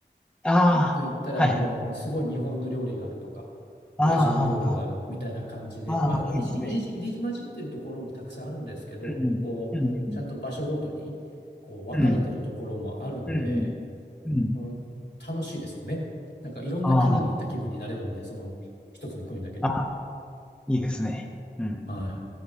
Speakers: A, in the centre; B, on the left (about 70°).
A: ああ、
B: ちょっと行ったらもうすごい日本の料理があるとか、
A: はい。あ
B: ブラジルの料理があるみたいな感じで、
A: あ、ああ、
B: まあ、あの、
A: いいですね。
B: いじり、いじり、入り混じってるところもたくさんあるんですけど、
A: うん、うん、
B: こう、
A: うん、
B: ちゃんと場所ごとに、こう、分かれてるところもあるので、
A: うん、うん、うん、うん。
B: うん、楽しいですよね。なんかいろんな国に行った気分になれるんで、
A: ああ、
B: その一つの国だけで。
A: ああ、いいですね。うん
B: はい。